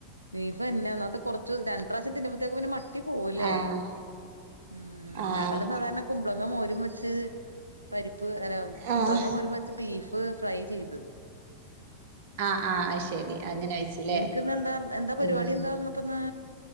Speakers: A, on the right; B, on the right.
A: ബീഫന്നെ ഒന്നാമത് കൊറച്ച് രണ്ട് പ്രാവശ്യം തിന്നുമ്പത്തേക്ക്‌ പിന്നെ മട്ടി പോവുല്ലേ
B: ആഹ്
A: ഉം ഉം
B: ആഹ്
A: ഞങ്ങള് സാധാരണ കുമ്പളങ്ങ മോരും വെച്ച് പരിപ്പ് അല്ല കുമ്പളങ്ങ
B: ആഹ്
A: മോരും വച്ച് ബീഫ് ഫ്രൈ ചെയ്ത്.
B: ആഹ് ആഹ് അയ്ശരി
A: ഉം
B: അങ്ങനെ വെച്ച്ല്ലേ
A: നിനക്ക് ഇന്ന് എന്താ എന്താ പരിപാടി
B: ഉം
A: എന്താന്നപ്പന്ന്?